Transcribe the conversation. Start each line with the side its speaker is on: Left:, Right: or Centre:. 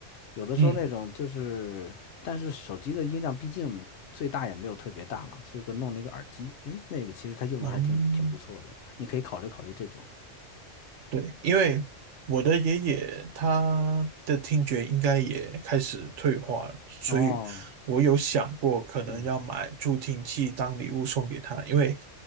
Left: 有的时候那种就是，
Right: 嗯，
Left: 但是手机的音量毕竟最大也没有特别大嘛，所以我给弄了一个耳机，诶，那个其实它用的还挺挺不错的，
Right: 哦，
Left: 你可以考虑考虑这种。
Right: 对，因为我的爷爷他的听觉应该也开始退化了，所以我有想过可能要买助听器当礼物送给他，
Left: 哦，嗯，
Right: 因为